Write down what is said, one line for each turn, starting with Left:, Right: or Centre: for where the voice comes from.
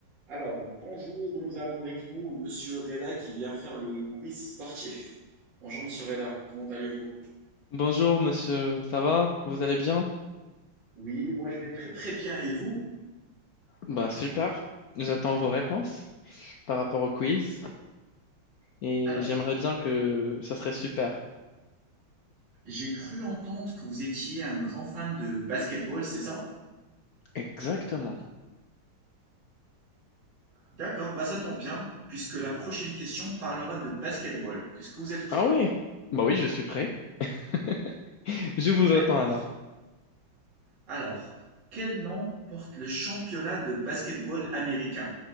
Right: Alors, bonjour, nous avons avec nous Monsieur Reda qui vient faire le quiz sportif. Bonjour Monsieur Reda, comment allez-vous?
Left: Bonjour monsieur, ça va? Vous allez bien?
Right: Oui, moi je vais très très bien et vous?
Left: Bah super, j'attends vos réponses par rapport au quiz et
Right: Alors,
Left: j'aimerais bien que ça serait super.
Right: j'ai cru entendre que vous étiez un grand fan de basketball, c'est ça?
Left: Exactement.
Right: D'accord, bah ça tombe bien, puisque la prochaine question parlera de basketball. Est-ce que vous êtes prêt?
Left: Ah oui? Bah oui, je suis prêt. <laughs> Je vous
Right: D'accord.
Left: attends alors.
Right: Alors, quel nom porte le championnat de basketball américain?